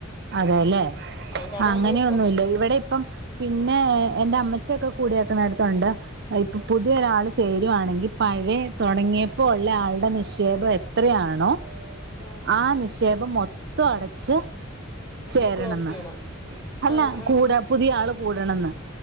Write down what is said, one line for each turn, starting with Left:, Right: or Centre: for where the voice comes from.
Right: അതെല്ലേ
Left: ആ കാരണം
Right: അങ്ങനെയൊന്നുല്ല
Left: നമ്മള്
Right: ഇവിടെ പ്പം പിന്നെ എന്റെ അമ്മചിക്കെ കൂടി വക്കണടുത്തുണ്ട് അത് ഇപ്പൊ പുതിയ ഒരാള് ചേരുവാണെങ്കിൽ പഴയ തുടങ്ങിയപ്പോ ഉള്ള ആളുടെ നിക്ഷേപം എത്രയാണോ
Left: അഹ്
Right: ആഹ് നിക്ഷേപം മൊത്തം അടച്ച് ചേരണന്ന്
Left: ക്ലോസ് ചെയ്യണം
Right: അല്ല
Left: ആ ആ
Right: കൂടാ പുതിയ ആള് കൂടണന്ന്